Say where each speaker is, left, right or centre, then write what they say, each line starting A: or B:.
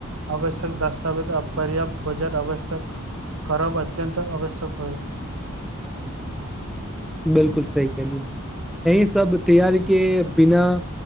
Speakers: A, on the right; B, in the centre.
A: आवश्यक दस्तावेज आ पर्याप्त बजट आवश्यक करब अत्यत आवश्यक होएत
B: बिल्कुल सही कहलियु अही सब तैयारी के बिना